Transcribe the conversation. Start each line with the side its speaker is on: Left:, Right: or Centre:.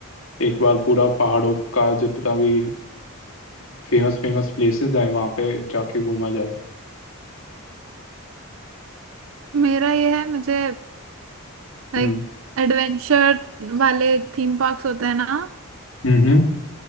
Left: एक बार पूरा पहाड़ों का जितना भी फेमस फेमस प्लेसेस हैं वहाँ पे जाके घूमा जाए
Right: मेरा ये है मुझे लाइक
Left: हम्म
Right: एडवेंचर वाले थीम पार्क्स होते हैं ना
Left: हम्म